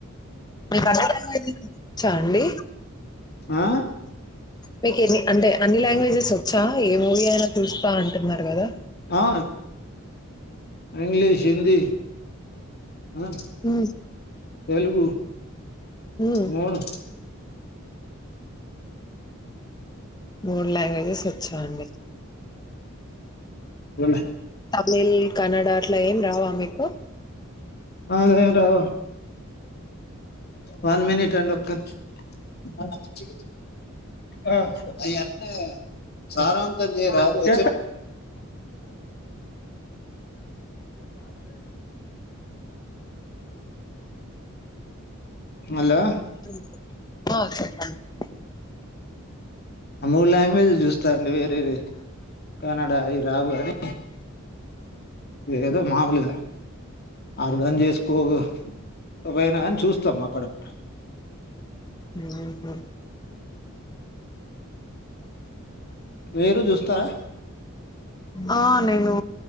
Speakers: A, on the left (about 20°); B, on the left (about 50°).
A: మీకు <unintelligible> వచ్చా అండి
B: ఆ
A: మీకు ఎన్ని అంటే అన్ని లాంగ్వేజెస్ వచ్చా ఏ మూవీ అయినా చూస్తా అంటున్నారు గదా
B: ఆ ఇంగ్లీష్ హిందీ ఆ
A: ఉమ్
B: తెలుగు
A: ఉమ్
B: మూడు
A: మూడు లాంగ్వేజెస్ వచ్చా అండి
B: పోలే
A: తమిళ్, కన్నడ అట్లా ఏం రావా మీకు
B: <unintelligible> రావ్ వన్ మినిట్ అండి ఒక్క నిమ్శం మ మంచి అ అవి అంతేగా సారూ అంతం చేయరాదు <inaudible> హలో
A: <inaudible>
B: మూడు లాంగ్వేజ్లు చూస్తా అండి లే కనడ అవి రావు కదా ఏదో మాములుగా అర్థం చేసుకో <unintelligible> చూస్తాం అప్పుడప్పుడు
A: మ్మ్ హ్మ్
B: మీరు చూస్తారా
A: ఆ నేను